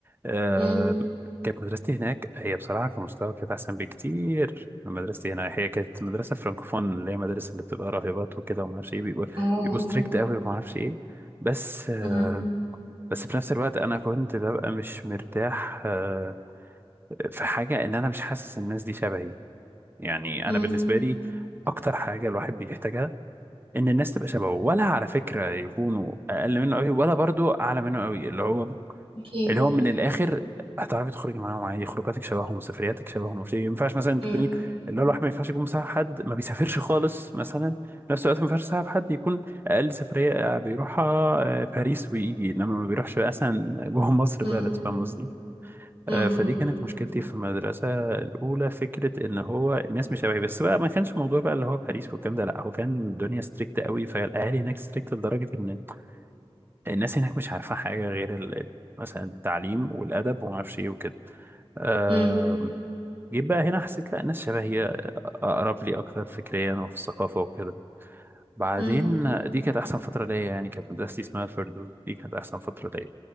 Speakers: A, on the right (about 20°); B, on the right (about 60°).
A: آه
B: م.
A: كانت مدرستي هناك هي بصراحه كمستوى كانت احسن بكتير من مدرستي هنا هي كانت مدرسه فرانكوفون اللي هي مدارس اللي بتبقى راهبات وكده وما اعرفش ايه بيبقوا
B: أوه
A: بيبقوا ستريكت قوي وما اعرفش ايه بس آه
B: م-
A: بس في نفس الوقت انا كنت ببقى مش مرتاح آه في حاجه ان انا مش حاسس الناس دي شبهي يعني
B: م.
A: انا بالنسبه لي اكتر حاجه الواحد بيحتاجها ان الناس تبقى شبهه ولا على فكره يكونوا اقل منه قوي ولا برضو اعلى منه قوي اللي هو
B: أكيد
A: اللي هو من الاخر هتعرفي تخرجي معاهم عادي خروجاتك شبههم سفرياتك شبههم مش ما ينفعش مثلا
B: م-
A: تكوني اللي هو الواحد ما ينفعش يكون مصاحب حد ما بيسافرش خالص مثلا في نفس الوقت ما ينفعش يصاحب حد يكون اقل سفريه آه، بيروحها آه، باريس ويجي انما ما بيروحش مثلا جوه مصر
B: م-
A: بلد فاهم قصدي
B: م-
A: آه، فدي كانت مشكلتي في المدرسه الاولى فكره ان هو الناس مش شبهي بس بقى ما كانش موضوع بقى اللي هو باريس والكلام ده لا هو كان الدنيا ستريكت قوي فالاهالي هناك ستريكت لدرجه ان الناس هناك مش عارفة حاجة غير ال- ال- مثلا التعليم والأدب وما اعرفش إيه وكده آم،
B: م.
A: جيت بقى هنا حسيت لا الناس شبهي أقرب لي أكتر فكريا وفي الثقافة وكده بعدين
B: مم.
A: دي كانت أحسن فترة ليا يعني كانت مدرستي اسمها الفردوس دي كانت أحسن فترة ليا